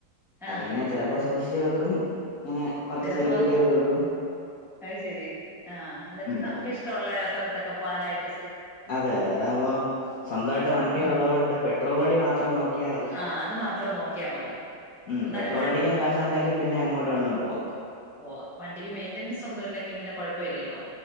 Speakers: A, on the left; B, in the centre.
A: അതിങ്ങനെ
B: ആഹ്
A: ചിലപ്പോ സൂക്ഷ- ജ് വെക്കും. ഇങ്ങനെ കുറച്ച്
B: ചിലപ്പോ
A: സ്വരുക്കൂട്ടിയൊക്കെ വെക്കും
B: അത് ശരി ആഹ് ന്നിട്ട്
A: ഉം
B: നമുക്ക് ഇഷ്ടമുള്ള സ്ഥല- ക്കെ പോകാനായിട്ട്.
A: അതെ അതെ അതാവകുമ്പോ. സ്വന്തമായിട്ട് വണ്ടി
B: ഉം
A: ഉള്ളതൊണ്ട് പെട്രോൾ അടി മാത്രം നോക്കിയാൽ മതി
B: ആഹ് അത് മാത്രം നോക്കിയാ മതി
A: ഉം
B: എന്നാലും
A: പെട്രോൾ
B: വൺ
A: അടിക്കാൻ കാശ ഉണ്ടെങ്കിൽ പിന്നെ എങ്ങോട്ട് വേണേലും പോവാം.
B: പോഓ വണ്ടിക്ക് മെയിന്റനൻസ് ഒന്നും ഇല്ലെങ്കിൽ പിന്നെ കൊഴപ്പല്ലല്ലോ.